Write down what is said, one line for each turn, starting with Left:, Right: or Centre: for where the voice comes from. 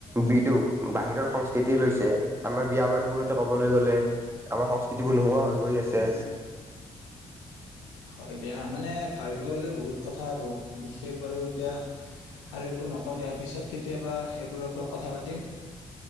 Right: বিদু বাহিৰৰ সংস্কৃতি লৈছে, আমাৰ বিয়া বাৰু বোৰতে ক'বলৈ গ'লে আমাৰ সংস্কৃতিবোৰ নোহোৱা হৈ গৈ আছে।
Left: হয় দিয়া, মানে ভাবিব গ'লে বহুত কথা আৰু বিশেষ বাৰু এতিয়া আৰু একো নকওঁ দিয়া, পিছত কেতিয়াবা এইবোৰৰ ওপৰত কথা পাতিম।